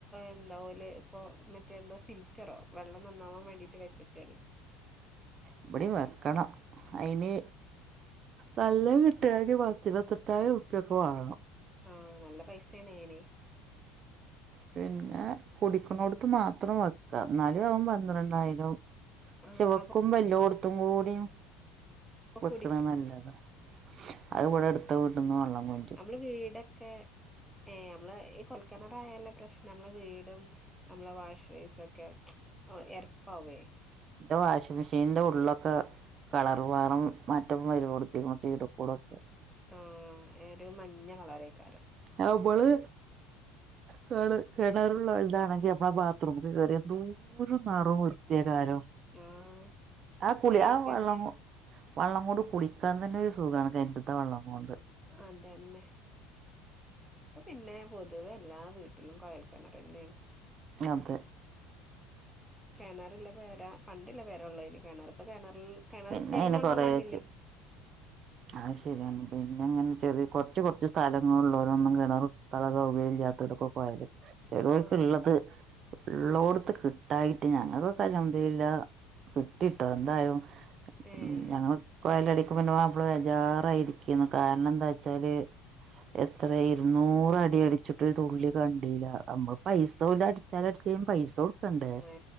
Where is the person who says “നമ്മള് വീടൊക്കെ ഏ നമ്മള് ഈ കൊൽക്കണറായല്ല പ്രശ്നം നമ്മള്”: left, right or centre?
Centre